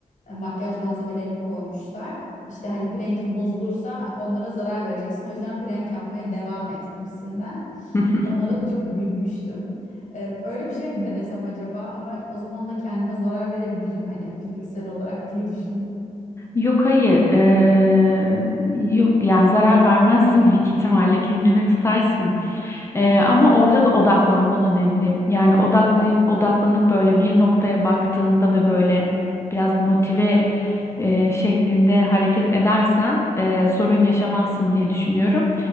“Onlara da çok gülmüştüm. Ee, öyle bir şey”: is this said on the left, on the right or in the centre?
Left